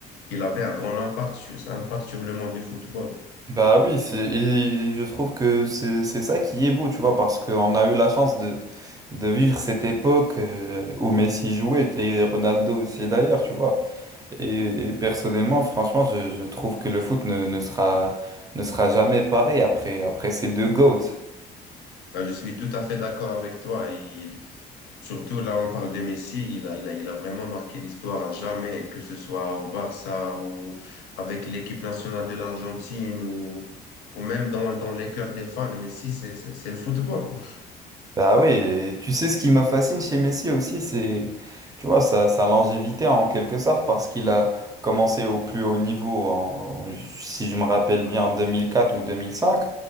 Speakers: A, on the left; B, on the right.
A: qu'il avait un grand impact sur, un impact sur le monde du football.
B: Bah oui, c'est et je trouve que c'est c'est ça qui est beau, tu vois, parce qu'on a eu la chance de de vivre cette époque euh, où Messi jouait et Ronaldo aussi d'ailleurs, tu vois. Et, et personnellement, franchement, je, je trouve que le foot ne, ne sera ne sera jamais pareil après après ces deux GOATs.
A: Ben, je suis tout à fait d'accord avec toi. Il Surtout là, on parle de Messi, il a, il a, il a vraiment marqué l'histoire à jamais, que ce soit au Barça ou avec l'équipe nationale de l'Argentine ou, ou même dans, dans les cœurs des fans. Messi, c'est c'est- c'est le football, quoi.
B: Bah oui, et tu sais ce qui me fascine chez Messi aussi, c'est, tu vois, sa, sa longévité en quelque sorte, parce qu'il a commencé au plus haut niveau, en- si je me rappelle bien, en 2004 ou 2005,